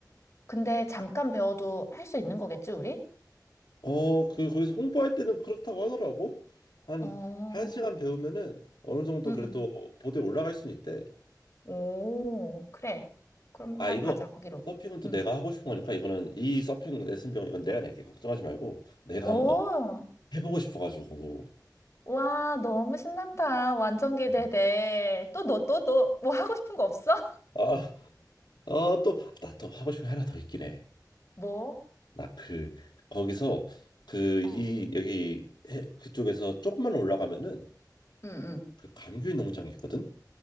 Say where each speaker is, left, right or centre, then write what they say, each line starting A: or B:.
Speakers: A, on the left; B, on the left.
A: 근데 잠깐 배워도 할 수 있는 거겠지, 우리?
B: 어, 그 거기서 홍보할 때는 그렇다고 하더라고. 한
A: 어,
B: 1시간 배우면은 어느 정도
A: 응,
B: 그래도
A: 응.
B: 보드에 올라갈 수는 있대.
A: 오, 그래. 그럼
B: 아,
A: 바로
B: 이거
A: 가자, 거기로.
B: 서핑은 또
A: 응.
B: 내가 하고 싶은 거니까 이거는 이 서핑 레슨 비용 이건 내가 낼게. 걱정하지 말고 내가
A: 오,
B: 한번 해보고 싶어가지고.
A: 와, 너무 신난다. 완전 기대돼.
B: 음.
A: 또 너, 또, 또, 뭐 하고 싶은 거 없어? <laughs>
B: 아, 아, 또, 나 또 하고 싶은 게 하나 더 있긴 해.
A: 뭐?
B: 나 그, 거기서 그, 이,
A: 어,
B: 여기, 해- 그쪽에서 조금만 올라가면은
A: 응, 응.
B: 그 감귤 농장이 있거든?